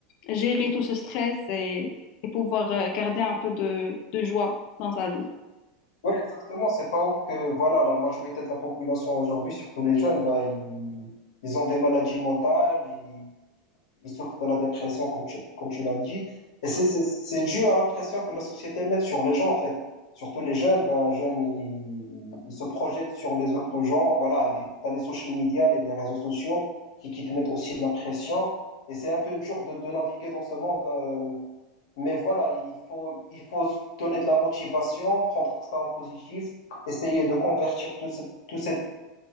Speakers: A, on the left; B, on the left.
A: gérer tout ce stress et, et pouvoir euh, garder un peu de de joie dans sa vie.
B: Oui, exactement. C'est pas ouf que voilà, la majorité de la population aujourd'hui, surtout les jeunes, bah, ils, ils ont des maladies mentales, ils, ils souffrent de la dépression, comme tu, comme tu l'as dit. Et c'est c'est- c'est dû à la pression que la société met sur les gens, en fait. Surtout les jeunes, ben, les jeunes, ils, ils se projettent sur les autres gens. Voilà, les, t'as les social media, les, les réseaux sociaux qui, qui te mettent aussi la pression. Et c'est un peu dur de, de naviguer dans ce monde. euh, mais voilà, il faut, il faut se donner de la motivation, prendre ça en positif, essayer de convertir tout cette, tout cette,